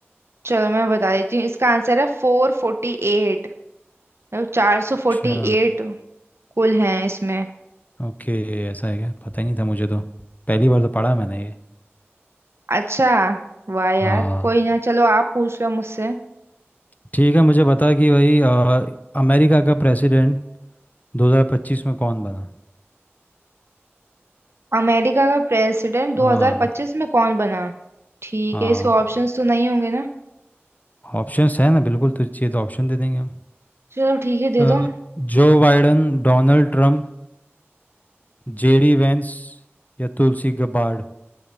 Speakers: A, on the right; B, on the left.
A: चलो मैं बता देती हूँ इसका आंसर है फोर फोर्टी एट मतलब चार सौ
B: अच्छा
A: फोर्टी एट कुल हैं इसमें
B: ओके ऐसा है क्या पता ही नहीं था मुझे तो पहली बार तो पढ़ा मैंने ये
A: अच्छा वाह यार
B: हाँ
A: कोई ना चलो आप पूछ लो मुझसे
B: ठीक है मुझे बता कि भाई अ, अमेरिका का प्रेसिडेंट 2025 में कौन बना
A: अमेरिका का प्रेसिडेंट 2025
B: हाँ
A: में कौन बना ठीक
B: हाँ
A: है इसके ऑप्शंस तो नहीं होंगे ना
B: ऑप्शंस है ना बिल्कुल तुझे चाहिए तो ऑप्शन दे देंगे हम
A: चलो ठीक है दे
B: अ,
A: दो
B: Joe Biden Donald Trump JD Vance या तुलसी गबार्ड